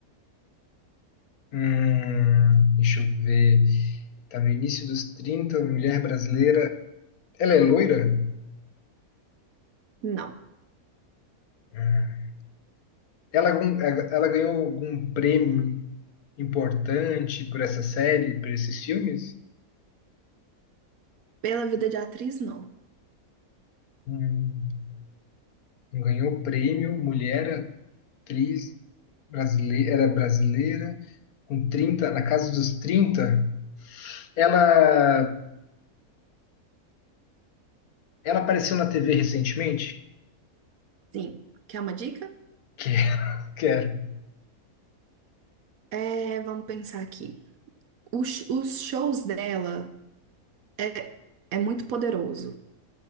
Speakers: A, on the left; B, on the right.
A: Hum, deixa eu ver. Tá no início dos trinta mulher brasileira. Ela é loira?
B: Não.
A: Ah. Ela, ela ganhou algum prêmio importante por essa série, por esses filmes?
B: Pela vida de atriz, não.
A: Hum, ganhou prêmio, mulher, atriz, brasileira, era brasileira, com trinta. na casa dos trinta, Ela, ela apareceu na TV recentemente?
B: Sim. Quer uma dica?
A: Quero, <laughs> quero.
B: É, vamos pensar aqui. Os, os shows dela é, é muito poderoso.